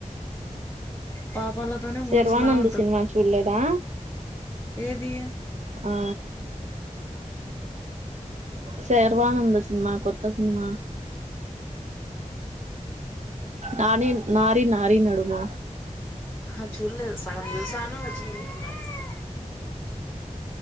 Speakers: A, on the left; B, on the right.
A: పాపాలతోనే
B: శర్వానంద్
A: మూవీస్ లా ఉంటది
B: సినిమా చూడలేదా
A: ఏది
B: ఆ శర్వానంద్ సినిమా కొత్త సినిమా నారి నారి నారి నడుమా
A: ఆహ చూడలేదు సగం చూసాను చూ <unintelligible>